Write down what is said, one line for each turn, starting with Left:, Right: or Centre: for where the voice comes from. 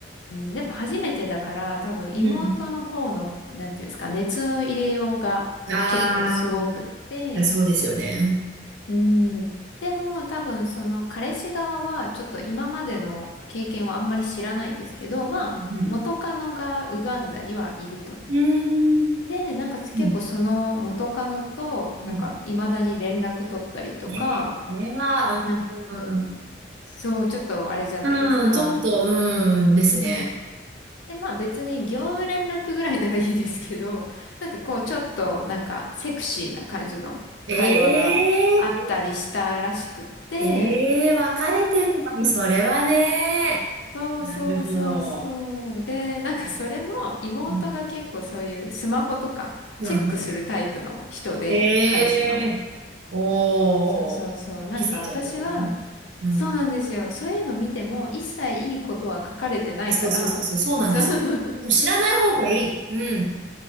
Left: ん、やっぱ初めてだから多分妹の方の、
Right: うん。
Left: なんていうんですか、熱の入れようが結構すごくって、
Right: ああ、そうですよね。うん。
Left: うーん、でも多分その彼氏側はちょっと今までの経験はあんまり知らないんですけど、まあ元カノがウガンダにはいると。
Right: うん。うーん。
Left: で、なんか結構その元カノと、
Right: うん。
Left: なんか未だに連絡取ったりとか、
Right: うんね。それは、
Left: なんか、
Right: うん。
Left: そう、ちょっとあれじゃないですか。
Right: うん、ちょっと、うん、ですね。
Left: うん。で、まあ別に業務連絡ぐらいならいいですけど、<laughs> なんかこうちょっとなんかセクシーな感じの会話があったりしたらしくって、
Right: ええーええー分かれてるのに、それはね。
Left: そうそうそうそう。
Right: なるほど。
Left: で、なんかそれも妹が結構そういうスマホとかチェックするタイプの人で、
Right: うん。うんうんえ
Left: 彼氏の。
Right: えおおー、
Left: そうそうそう。なんか私は
Right: 気づいちゃったと。うん。うん。
Left: そうなんですよ。そういうの見ても一切いいことは書かれてないから、
Right: あ、そうそうそうそう、そうなんですよ。
Left: そう、<laughs>
Right: でも知らない方がいい。うん。